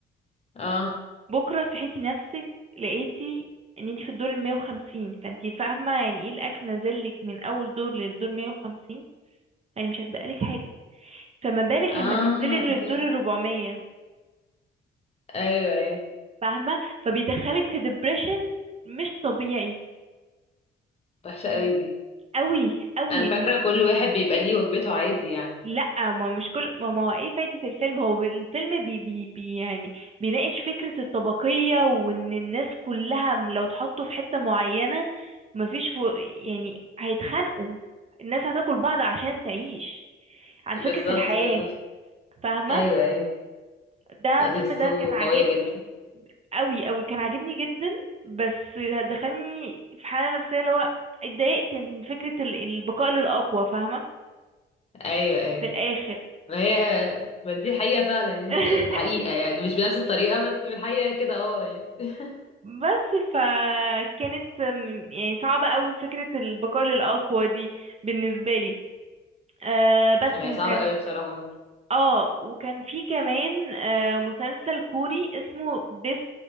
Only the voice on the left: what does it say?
اه
اه
اوكي
ايوه ايوه
وحشه
قوي دي
انا فاكره كل واحد بيبقى ليه وجبته عادي يعني
بالظبط
بالظبط
ايوه ايوه
لا،
دي قصته
قويه جدا
ايوه ايوه
ما هي ما دي الحقيقه فعلا يعني
في الح- في الحقيقه يعني مش بنفس الطريقه بس في الحقيقه كده اه يعني <laughs>
ما هي
صعبه قوي بصراحه